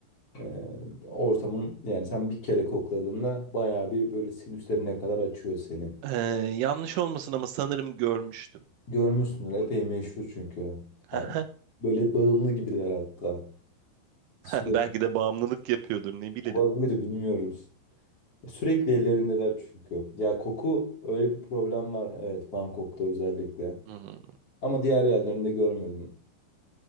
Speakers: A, on the left; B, on the right.
A: E, ortamın yani sen bir kere kokladığında bayağı bir böyle sinüslerine kadar açıyor seni.
B: Ee, yanlış olmasın ama sanırım görmüştüm.
A: Görmüşsündür. Epey meşhur çünkü.
B: <laughs>
A: Ha, Böyle bağımlı gibiler hatta. Sürekli
B: Belki de bağımlılık yapıyordur ne bilelim.
A: olabilir bilmiyoruz. Sürekli ellerindeler çünkü. Ya koku öyle bir problem var. Evet Bangkok'ta özellikle.
B: Hmm.
A: Ama diğer yerlerinde görmedim.